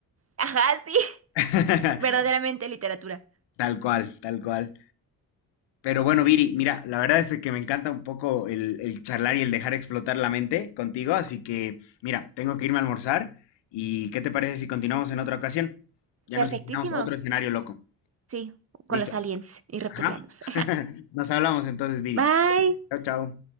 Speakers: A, on the right; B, on the left.
A: Ajá, sí,
B: <laughs>
A: verdaderamente literatura.
B: Tal cual, tal cual. Pero bueno, Viri, mira, la verdad es de que me encanta un poco el, el charlar y el dejar explotar la mente contigo, así que mira, tengo que irme a almorzar y ¿qué te parece si continuamos en otra ocasión? Ya
A: Perfectísimo,
B: nos imaginamos otro escenario loco.
A: sí,
B: ¿Listo?
A: con los aliens y reptilianos.
B: Ajá. <laughs> Nos hablamos entonces, Viri.
A: <laughs> Bye.
B: Chao, chao.